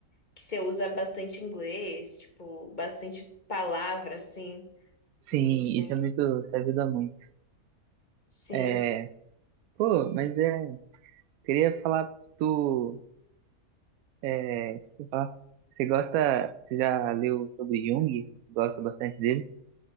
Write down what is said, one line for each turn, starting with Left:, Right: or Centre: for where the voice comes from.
Left: que você usa bastante inglês, tipo, bastante palavra, assim.
Right: sim,
Left: Eu Não sei.
Right: isso é muito, isso ajuda muito.
Left: Sim.
Right: É, pô, mas é, queria falar do É, deixa eu falar. Você gosta, você já leu sobre Jung? Gosta bastante dele?